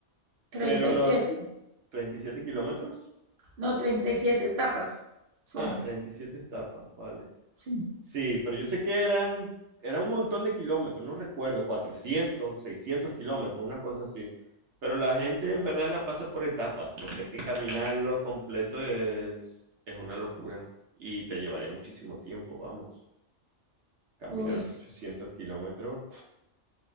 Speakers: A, on the right (about 55°); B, on the right (about 75°).
A: Treinta
B: pero
A: y
B: no,
A: siete,
B: 37 kilómetros.
A: no, 37 etapas son.
B: Ah, 37 etapas, vale.
A: Sí.
B: Sí, pero yo sé que eran, era un montón de kilómetros, no recuerdo, 400, 600 kilómetros, una cosa así. Pero la gente en verdad la pasa por etapas, porque es que caminarlo completo es, es una locura y te llevaría muchísimo tiempo, vamos. Caminar
A: Uy, s-
B: 800 kilómetros,